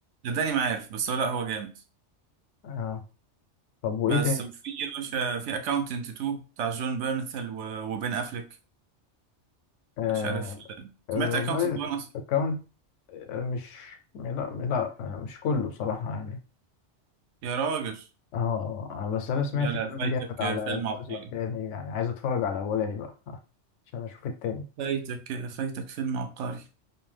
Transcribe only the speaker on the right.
صدقني ما عارف بس هو لا هو جامد
بس
وفي يا باشا في اكاونتنت 2 بتاع جون بيرنثل و- وبين افليك
مش عارف
سمعت
اكاونتنت 1 اصلا
يا راجل
لا لا
فايتك
فيلم
عبقري
فايتك فايتك فيلم عبقري